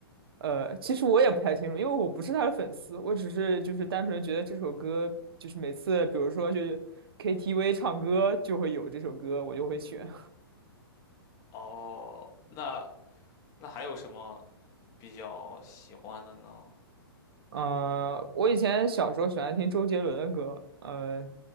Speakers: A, on the right (about 65°); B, on the left (about 25°).
A: 呃，其实我也不太清楚，因为我不是他的粉丝，我只是就是单纯觉得这首歌，就是每次比如说就是 KTV 唱歌就会有这首歌，我就会选。
B: 哦，那那还有什么比较喜欢的呢？
A: 呃，我以前小时候喜欢听周杰伦的歌，呃，